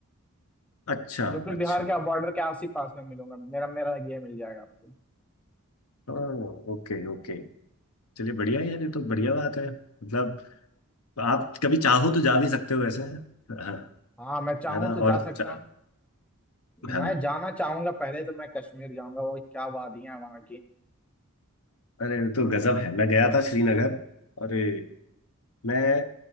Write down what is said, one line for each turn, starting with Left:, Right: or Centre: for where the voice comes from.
Left: अच्छा
Centre: यूपी
Left: अच्छा
Centre: बिहार के बॉर्डर के आस ही पास में मिलूंगा मेरा मेरा ये मिल जाएगा आपको
Left: ओ, ओके ओके चलिए बढ़िया है यार ये तो बढ़िया बात है मतलब आप कभी चाहो तो जा भी सकते हो वैसे हाँ
Centre: हाँ मैं चाहूँ
Left: है ना
Centre: तो
Left: और
Centre: जा सकता
Left: चा-
Centre: हूँ
Left: हाँ
Centre: मैं जाना चाहूंगा पहले तो मैं कश्मीर जाऊंगा वो क्या वादियां हैं वहाँ की
Left: अरे ये तो गजब है मैं गया था श्रीनगर अरे मैं